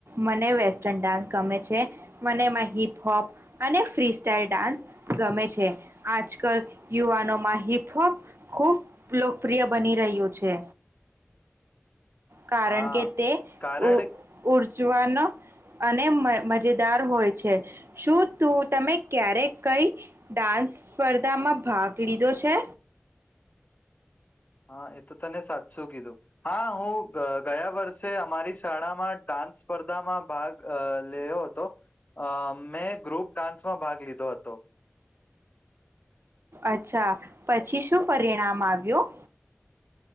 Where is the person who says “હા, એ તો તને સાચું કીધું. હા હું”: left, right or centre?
Left